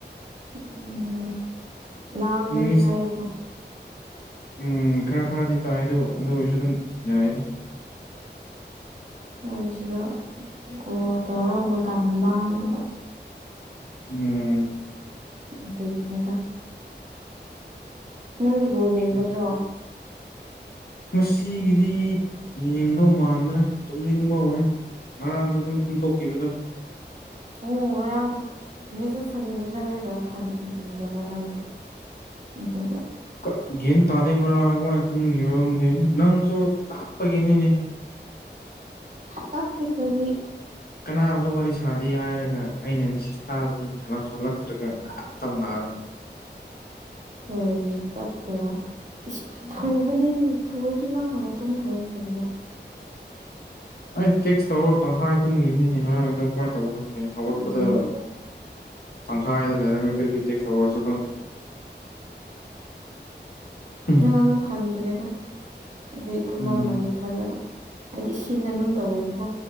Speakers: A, on the right (about 40°); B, on the left (about 55°).
A: ꯎꯝ ꯂꯥꯡꯉꯗꯤ
B: ꯏꯪꯂꯤꯁ
A: ꯍꯥꯏꯌꯨꯀꯣ
B: ꯎꯝ ꯈꯔ ꯈꯔꯗꯤ ꯇꯥꯏꯌꯦꯗꯨ ꯑꯗꯨ ꯑꯣꯏꯔꯁꯨ ꯑꯗꯨꯝ ꯌꯥꯏꯗ
A: ꯃꯣꯏ ꯁꯤꯗ ꯀꯣꯜ ꯇꯧꯔꯥ ꯗꯝ ꯂꯥꯡꯕ
B: ꯎꯝ
A: ꯑꯗꯨꯒꯤꯅꯦꯗ ꯅꯪꯗꯤ ꯕꯣꯜ
B: ꯑꯣꯀꯦ
A: ꯌꯦꯡꯒꯗ꯭ꯔꯣ
B: ꯉꯁꯤꯒꯤꯗꯤ ꯌꯦꯡꯗꯧ ꯃꯥꯟꯗ꯭ꯔꯦ ꯇꯨꯝꯅꯤꯡꯕ ꯍꯧꯔꯦ ꯉꯔꯥꯡꯁꯨ ꯑꯗꯨꯝ ꯇꯨꯝꯊꯣꯛꯈꯤꯕꯗꯣ
A: ꯑꯣ ꯉꯔꯥꯡꯗꯣ ꯃꯦꯁꯦꯁ ꯍꯟꯒꯗ꯭ꯔꯥ ꯍꯥꯏꯔꯒ ꯍꯟꯗꯕ ꯅꯪꯗꯣ ꯎꯗꯦꯕ
B: ꯀ ꯒꯦꯟ ꯇꯥꯗꯦ ꯉꯔꯥꯡ ꯀꯃꯥꯏꯅ ꯇꯨꯝꯈꯤꯕꯔꯝꯗꯦ ꯅꯪꯁꯨ ꯇꯥꯠꯄꯒꯤꯅꯤꯅꯦ
A: ꯇꯞꯗꯤ ꯀꯔꯤ
B: ꯀꯅꯥꯕꯨꯁꯨ ꯋꯥꯔꯤ ꯁꯥꯗꯦ ꯍꯥꯏꯔꯒ ꯑꯩꯅꯦꯁꯁ ꯊꯥꯕꯗ ꯍꯂꯛꯂꯛꯇꯔꯒ ꯇꯧꯅꯔꯦ
A: ꯀꯔꯤ ꯇꯄ꯭ꯔꯣ ꯊꯨꯕꯅꯦ ꯊꯨꯔꯁꯨ ꯅꯪ ꯍꯥꯟꯅ ꯇꯨꯝꯈ꯭ꯔꯕꯅꯤꯔꯣ
B: ꯑꯩ ꯇꯦꯛꯁ ꯇꯧꯔꯣ ꯇꯪꯈꯥꯏ ꯇꯨꯝꯈꯤꯕꯅꯤꯅꯦ ꯉꯔꯥꯡꯗ ꯀꯃꯥꯏ ꯇꯧ ꯈꯪꯗꯦ ꯑꯋꯥꯠꯄꯗ
A: ꯑꯗꯨꯅꯦ
B: ꯇꯪꯈꯥꯏꯗ ꯂꯩꯔꯝꯃꯤ ꯀꯔꯤ ꯀꯔꯤ ꯇꯦꯛꯁ ꯇꯧ ꯑꯣꯏꯔꯁꯨ ꯈꯪꯗꯦ ꯎꯝ
A: ꯅꯪ ꯑꯗꯨꯝ ꯍꯟꯗ꯭ꯔꯦꯗ ꯑꯗꯨꯩ ꯑꯗꯨꯝꯃꯝꯃꯅꯤ
B: ꯎꯝ
A: ꯈꯜꯂꯒ ꯍꯥꯏꯗꯤ ꯁꯤꯅ ꯑꯗꯨꯝ ꯇꯧꯋꯦꯕꯀꯣ